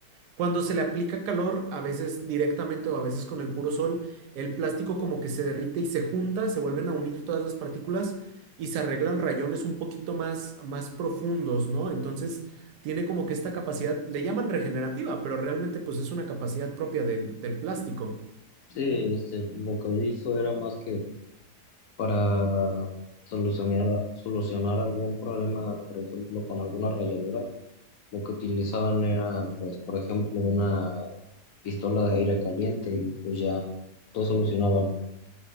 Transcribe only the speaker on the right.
cuando se le aplica calor, a veces directamente o a veces con el puro sol, el plástico como que se derrite y se junta, se vuelven a unir todas las partículas y se arreglan rayones un poquito más, más profundos, ¿no? Entonces tiene como que esta capacidad, le llaman regenerativa, pero realmente pues es una capacidad propia del, del plástico.